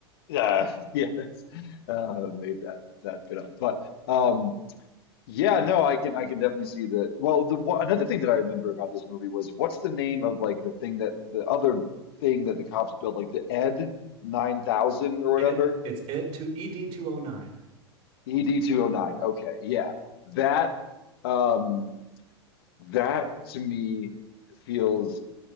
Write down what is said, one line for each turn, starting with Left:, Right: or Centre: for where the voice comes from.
Left: yeah, <laughs> yeah, that's uh made that that bit up. But um. Yeah, no, I can I can definitely see the well the wha- another thing that I remember about this movie was what's the name of like the thing that the other thing that the cops built like the Ed 9000 or whatever
Right: Ed, it's Ed to ED 209. Oh nine.
Left: ED 209 okay yeah that um that to me feels